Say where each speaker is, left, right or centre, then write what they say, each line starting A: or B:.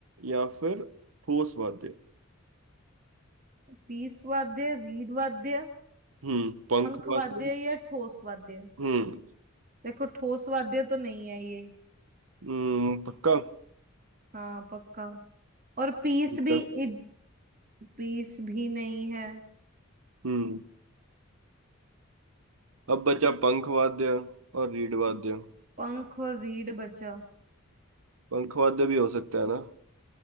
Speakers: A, on the right; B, on the right.
A: या फिर ठोस वाद्य
B: पीस वाद्य रीड वाद्य
A: हम्म पंख
B: पंख
A: वाद्य
B: वाद्य या ठोस वाद्य
A: हम्म
B: देखो ठोस वाद्य तो नहीं है ये
A: हम्म, पक्का
B: हाँ पक्का और पीस
A: ठीक
B: भी
A: है।
B: इज, पीस भी नहीं है
A: हम्म अब बचा पंख वाद्य और रीड वाद्य
B: पंख और रीढ़ बचा
A: पंखवाद्य भी हो सकता है ना